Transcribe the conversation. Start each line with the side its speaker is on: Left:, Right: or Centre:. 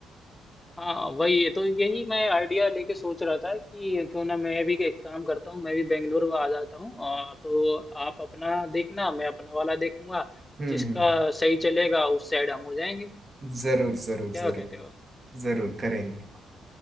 Left: हाँ वही है तो यही मैं आइडिया लेके सोच रहा था कि क्यों ना मैं भी एक काम करता हूँ मैं भी बेंगलुरु आ जाता हूँ और तो आप अपना देखना मैं अपना वाला देखूंगा
Right: हम्म
Left: जिसका
Right: हम्म।
Left: सही चलेगा उस साइड हम हो जाएंगे
Right: जरूर जरूर
Left: क्या
Right: जरूर
Left: कहते हो
Right: जरूर करेंगे